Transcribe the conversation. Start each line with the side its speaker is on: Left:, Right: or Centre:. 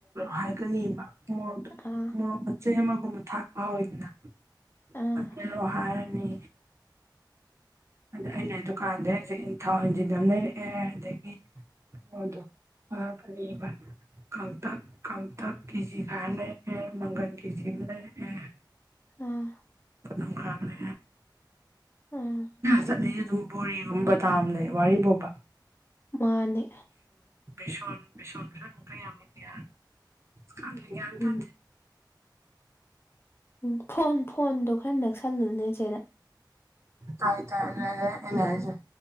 Right: ꯍꯥꯏꯒꯅꯤꯕ ꯀꯗ
Left: ꯑꯥ
Right: ꯃꯣꯔꯣꯛ ꯃꯆꯩ ꯑꯃꯒꯨꯝꯕ ꯊꯥꯛꯄ ꯍꯧꯋꯗꯅ
Left: ꯑꯥ
Right: ꯑꯅ ꯂꯣ ꯍꯥꯏꯅꯤ ꯑꯗ ꯑꯩꯅ ꯗꯨꯀꯥꯟꯗꯒꯤꯩ ꯍꯧꯖꯤꯛ ꯌꯦꯟꯊꯥꯎ ꯍꯦꯟꯖꯤꯟ ꯑꯃ ꯂꯩꯔꯛꯑꯦ ꯑꯗꯒꯤ ꯍ ꯑꯗꯨ ꯑ ꯀꯔꯤꯕ ꯀꯥꯡꯇꯛ ꯀꯥꯡꯇꯛ ꯀꯦ ꯖꯤ ꯈꯥꯏ ꯂꯩꯑꯦ ꯃꯪꯒꯟ ꯀꯦ ꯖꯤ ꯂꯩꯑꯦ
Left: ꯑꯥ
Right: ꯣꯡꯀꯒ
Left: ꯑꯥ
Right: ꯆꯠꯂꯤꯁꯦ ꯑꯗꯨꯝ ꯕꯣꯔꯤꯒꯨꯝꯕ ꯇꯥꯝꯅ ꯋꯥꯔꯤꯔꯤꯕ ꯐꯣꯕ
Left: ꯃꯥꯅꯦ
Right: ꯦꯁꯟ ꯄꯦꯁ ꯁꯇ ꯌꯥꯝꯒꯤ ꯈꯥꯟ ꯭ꯟ
Left: ꯎꯝ
Right: ꯇ
Left: ꯎꯝ ꯐꯣꯟ ꯐꯣꯟꯗꯣ ꯈꯔ ꯅꯛꯁꯜꯂꯨꯅꯦꯆꯦꯗ
Right: ꯇꯥꯏ ꯇ ꯏꯦ